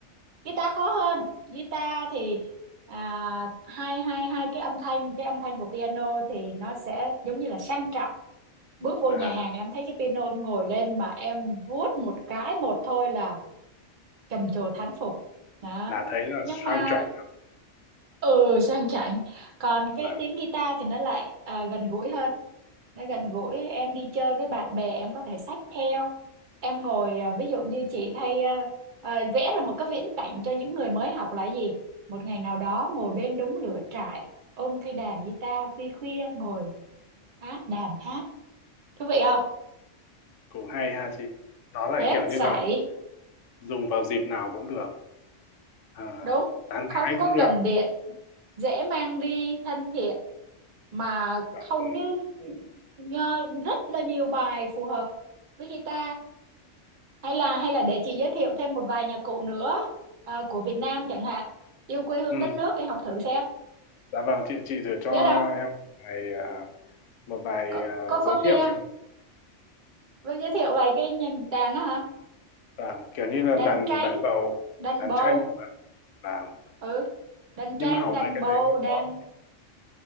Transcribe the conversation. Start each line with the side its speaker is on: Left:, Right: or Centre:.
Right: guitar khó hơn guitar thì à, hai hai hai cái âm thanh cái âm thanh của piano thì nó sẽ giống như là sang trọng bước vô
Left: à,
Right: nhà hàng em thấy cái piano em ngồi lên mà em vuốt một cái một thôi là trầm trồ thán phục đó
Left: là thấy là
Right: nhưng
Left: sang
Right: mà
Left: chảy lắm
Right: ừ sang chảnh còn cái
Left: là
Right: tiếng guitar thì nó lại à, gần gũi hơn nó gần gũi em đi chơi với bạn bè em có thể xách theo em ngồi à, ví dụ như chị thay à, à, vẽ ra một cái viễn cảnh cho những người mới học là gì một ngày nào đó ngồi bên đống lửa trại ôm cây đàn guitar khuya khuya ngồi hát đàn hát thú vị không
Left: cũng hay ha chị nó lại
Right: hết
Left: kiểu
Right: sảy
Left: như là dùng vào dịp nào cũng được à,
Right: đúng
Left: tán
Right: không
Left: gái
Right: có
Left: cũng được
Right: cần điện dễ mang đi thân thiện mà
Left: bạn
Right: hầu
Left: bè.
Right: như nhờ- rất là nhiều bài phù hợp với guitar hay là hay là để chị giới thiệu thêm một vài nhạc cụ nữa ờ, của Việt Nam chẳng hạn yêu quê hương
Left: ừ.
Right: đất nước để học thử xem
Left: Dạ vâng, chị chị thử cho
Right: biết không
Left: em vài, à, một vài
Right: có
Left: à,
Right: có, có
Left: giới
Right: nghe
Left: thiệu xem.
Right: với giới thiệu vài cái nhìn đàn đó hả
Left: Vâng, kiểu như là
Right: đàn
Left: đàn
Right: tranh
Left: đàn bầu,
Right: đàn
Left: đàn
Right: bầu
Left: tranh và vâng.
Right: ừ đàn tranh
Left: Nhưng mà hỏng
Right: đàn
Left: mấy cái
Right: bầu
Left: đấy cũng
Right: đàn
Left: có.